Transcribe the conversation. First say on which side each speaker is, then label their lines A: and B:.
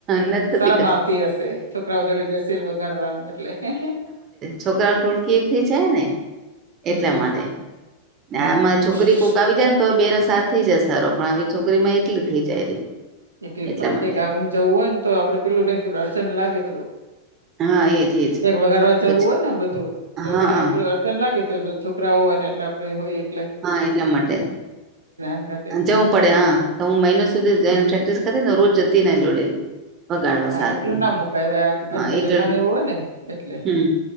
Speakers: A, on the right; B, on the right.
A: નથી થતી
B: શરમ આવતી હશે છોકરાઓ જોડે બેસીને વગાડવાનું એટલે હે હે
A: છોકરાઓ ને ઢોળકી એક થી જ છે ને
B: હમમ
A: એટલા
B: હમ
A: માટે
B: હમ
A: આમાં
B: હમ.
A: છોકરી
B: બરાબર.
A: કોક આવી જાય ને તો બે ને સાત થી જાય સારો પણ આવી છોકરીમાં એકલી થી જાય રી
B: એકલી
A: એટલા
B: પડકે
A: માટે
B: ગાવુન જવું હોય ને તો આપડે પેલું દર્શન લાગે થોડું
A: હા એજ એજ
B: એક વગાડવા જવું
A: પછી
B: હોય ને બધું તો
A: હા
B: સાફરે તે ને લાગે તો છોકરાઓ હોવા ને એટલે આપડે હોય એટલે‌
A: હા એટલા માટે
B: હંગાતે
A: જવું પડે હા તો હું મહિનો સુધી જઈને
B: હમ
A: પ્રેક્ટિસ કદીને રોજ જતી ને જોડે વગાડવા
B: હા
A: સાદને
B: એકલું ના મુકાય હવે આજ-
A: હા
B: આજનો
A: એક
B: જમાનો એવો હોય ને એટલે
A: હમ